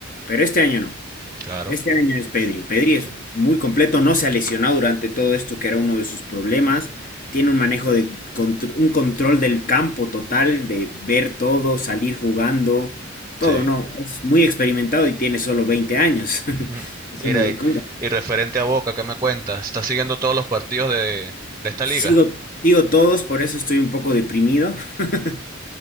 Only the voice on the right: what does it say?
Claro,
sí.
Mm.
Mira,
y, y referente a Boca, ¿qué me cuentas? ¿Estás siguiendo todos los partidos de, de esta
liga?